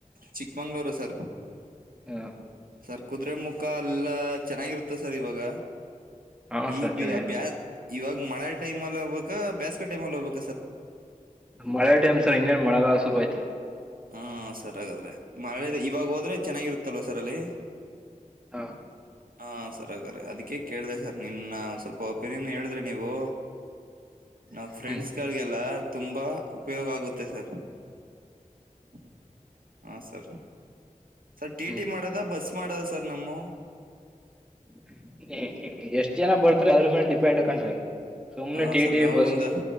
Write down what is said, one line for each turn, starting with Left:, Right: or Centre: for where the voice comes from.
Right: ಚಿಕ್ಕಮಂಗ್ಳೂರು ಸರ್
Centre: ಹ್ಮ
Right: ಸರ್ ಕುದುರೆ ಮುಖ ಎಲ್ಲ ಚೆನ್ನಾಗಿರುತ್ತೆ ಸರ್ ಇವಾಗ
Centre: ಹಾ
Right: ಈ
Centre: ಸರ್
Right: ಬಿ
Centre: ಚೆನ್ನಾಗಿ
Right: <unintelligible> ಇವಾಗ ಮಳೆ ಟೈಮೆಲ್ಲಿ ಹೋಗ್ಬೇಕಾ ಬೇಸ್ಕ ಟೈಮ ಅಲ್ಲ ಹೋಗ್ಬೇಕ್
Centre: ಮಳೆ ಟೈಮ್ ಸರ್ ಹಂಗೇ <unintelligible> ಮಳೆಗಾಲ ಶುರು ಆಯ್ತು
Right: ಹಾ <unintelligible> ಇವಾಗ ಹೋದ್ರೆ ಚೆನ್ನಾಗಿರುತ್ತಲ್ವಾ ಸರ್ ಅಲ್ಲಿ
Centre: ಹಾ
Right: ಹಾ ಸರ್ <unintelligible> ಅದಕ್ಕೆ ಕೇಳ್ದೆ ಸರ್ ನಿಮ್ನ ಸ್ವಲ್ಪ ಒಪಿನಿಯನ್ ಹೇಳಿದ್ರೆ ನೀವು ನಾವ್ ಫ್ರೆಂಡ್ಸ್
Centre: ಹ್ಮ್
Right: ಗಳಿಗೆಲ್ಲ ತುಂಬಾ ಉಪಯೋಗ ಆಗುತ್ತೆ ಸರ್ ಹ ಹಾ ಸರ್ ಸರ್ ಟಿ
Centre: ಹ್ಮ್
Right: ಟಿ ಮಾಡೋದ ಬಸ್ ಮಾಡದು <unintelligible> ಸರ್ ನಮ್ಮ
Centre: <unintelligible> ಎಷ್ಟ್ ಜನ ಬರ್ತರಿ ಅದ್ರ ಮೇಲೆ ಡಿಪೆಂಡ್ ಕಣ್ರಿ ಸುಮ್ನೆ
Right: ಹಾ
Centre: ಟಿ
Right: ಸರ್
Centre: ಟಿ
Right: ನಾವು
Centre: ಬಸ್ಸು
Right: ಒಂದ